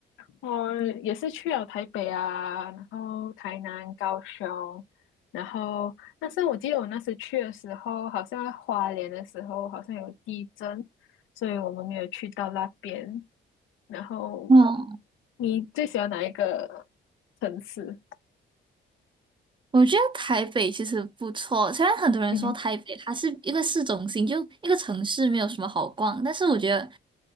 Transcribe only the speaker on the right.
嗯。
我觉得台北其实不错，虽然很多人说台北它是一个市中心，
就一个城市没有什么好逛，但是我觉得，